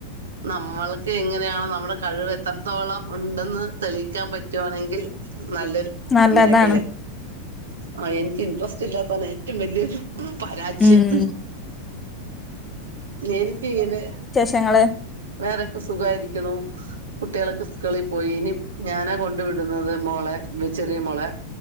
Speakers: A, on the right (about 65°); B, on the left (about 15°).
A: നമ്മൾക്ക് എങ്ങനെയാണ് നമ്മുടെ കഴിവ് എത്രത്തോളം ഉണ്ടെന്ന് തെളിയിക്കാൻ പറ്റുവാണെങ്കിൽ നല്ലൊരു
B: നല്ലതാണ്
A: മേഖല ആ എനിക്ക് ഇൻട്രെസ്റ്റ് ഇല്ലാത്താണ് ഏറ്റവും വലിയ ഒരു പരാജയം
B: ഉം
A: എനിക്കിങ്ങനെ
B: ഞങ്ങള്
A: വേറൊക്കെ സുഖമായിരിക്ക്ണുകുട്ടികളൊക്കെ സ്കൂളിൽ പോയി ഇനി ഞാനാ കൊണ്ട് വിടുന്നത് മോളെ ചെറിയ മോളെ